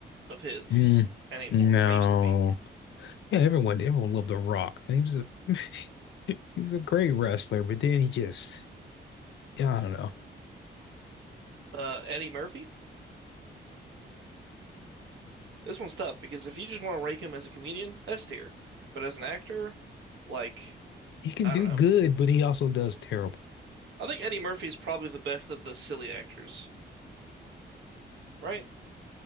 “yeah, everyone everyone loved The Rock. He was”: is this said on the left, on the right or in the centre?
Left